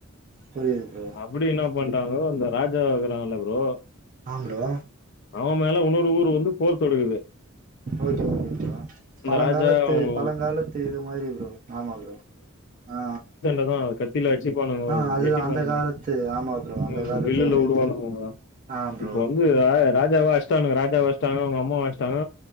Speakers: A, on the right (about 40°); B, on the left (about 55°).
A: புரியிது ப்ரோ
B: அப்படி என்ன பண்ட்டாங்கோ இந்த ராஜா இருக்றால்ல ப்ரோ
A: ஆ ப்ரோ
B: அவ மேல உன்னோரு ஊரு வந்து போர் தொக்குது
A: ஓகே ஓகே ப்ரோ பழங்காலத்து
B: ராஜா அவங்க
A: பழங்காலத்து இது மாதிரி ப்ரோ ஆமா ப்ரோ ஆ
B: அதா கத்தில அடிச்சுப்பானுங்க
A: ஆ அதுதா
B: வெட்டிப்பாங்க,
A: அந்த காலத்து ஆமா ப்ரோ அந்த
B: ம்,
A: காலத்து
B: வில்லுல
A: ஒரு
B: விடுவானுங்க
A: இது
B: ப்ரோ
A: ஆ ப்ரோ
B: இப்ப வந் து ரா ராஜாவா அடிச்சிட்டானுங்க ராஜாவ அடிச்சிட்டாங்க அவங்க அம்மாவ அடிச்சிட்டாங்க